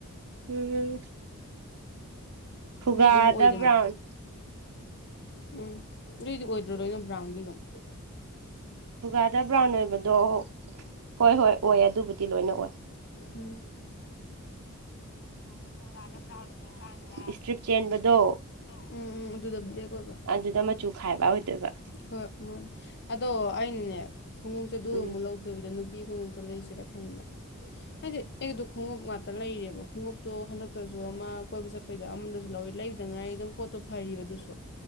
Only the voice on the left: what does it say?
ꯑꯗꯨꯏꯗꯤ ꯑꯗꯨꯝ ꯑꯣꯏꯗꯅ
ꯎꯝ ꯑꯗꯨꯏꯗꯤ ꯑꯣꯏꯗ꯭ꯔꯣ ꯂꯣꯏꯅ ꯕ꯭ꯔꯥꯎꯟꯗꯤ ꯑꯗꯨꯝ
ꯎꯝ ꯈꯨꯒꯥꯗ ꯕ꯭ꯔꯥꯎꯟ ꯑꯣꯏꯔꯀꯥꯟꯗ
<inaudible> ꯎꯝ ꯎꯝ ꯑꯗꯨꯗ ꯕ꯭ꯂꯦꯛ ꯑꯣꯏꯕ
ꯍꯣꯏ ꯑꯗꯣ ꯑꯩꯅꯅꯦ ꯈꯣꯡꯎꯞꯁꯦ ꯗꯨ
ꯃꯨꯛ ꯂꯧ ꯑꯗꯨꯕꯤꯗꯨ ꯅꯨꯄꯤ ꯈꯣꯡꯎꯝꯇꯣ ꯂꯩꯁꯤꯔ ꯈꯟꯕ ꯑꯩꯗꯤ ꯑꯩꯒꯤꯗꯨ ꯈꯣꯡꯎꯞ ꯉꯥꯛꯇ ꯂꯩꯔꯦꯕ ꯈꯣꯡꯉꯞꯇꯣ ꯍꯟꯗꯛꯇꯁꯨ ꯑꯃ ꯀꯣꯏꯕ ꯆꯠꯄ ꯀꯩꯗꯣ ꯑꯃꯗꯁꯨ ꯂꯧꯋꯦ ꯂꯩꯕꯗ ꯉꯥꯏꯔꯤ ꯑꯗꯨꯝ ꯄꯣꯠꯇꯣ ꯐꯔꯤꯕꯑꯗꯨꯁꯨ